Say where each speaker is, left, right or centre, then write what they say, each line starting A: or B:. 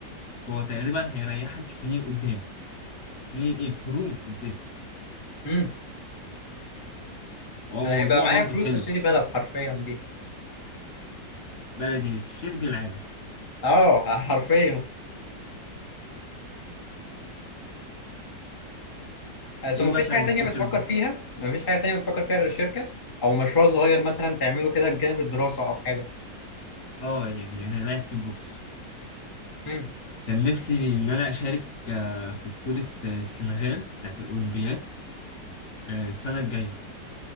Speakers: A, on the left; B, on the left.
A: هو تقريبا هيريحك سنين قدام سنين ايه قرون قدام
B: امم
A: هو
B: انا
A: موضوع
B: يبقى معايا
A: برضو
B: فلوس
A: حلو
B: اشتري بلد حرفيا بيها
A: بلدي شرب العالم
B: اه <laughs> حرفيا آه، طب
A: ايه
B: مفيش
A: مثلا
B: حاجة
A: الفيتشر
B: تانية بتفكر
A: جو-
B: فيها مفيش حاجة تانية بتفكر فيها غير الشركة او مشروع صغير مثلا تعمله كده بجانب الدراسة او حاجة
A: اه يعني انا لاعب كيك بوكس
B: امم
A: كان نفسي ان انا اشارك آه، في بطولة آه، السنغال بتاعت الاولمبياد آه، السنة الجاية